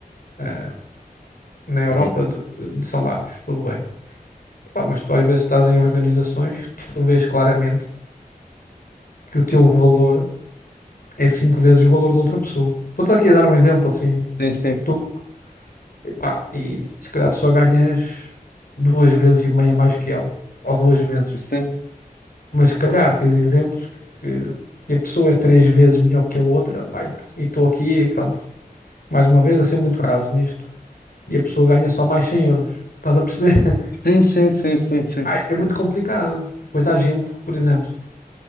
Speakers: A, on the left; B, on the left.
A: eh, na Europa
B: Uhum.
A: de, de salários, tudo bem. Pá, mas tu às vezes estás em organizações que tu vês claramente que o teu valor é cinco vezes o valor da outra pessoa. Estou-te aqui a dar um exemplo assim.
B: Sim, sim,
A: Tu, epá, e se calhar tu só ganhas duas vezes e meia mais que ela, ou duas vezes.
B: sim,
A: Mas se calhar tens exemplos que, que que a pessoa é três vezes melhor que a outra, pá, e estou aqui e pronto. Mais uma vez a ser muito raso nisto. E a pessoa ganha só mais 100 euros. Estás a perceber? <laughs>
B: sim, sim, sim, sim, sim,
A: Ah, isto é muito complicado. Pois há gente, que, por exemplo,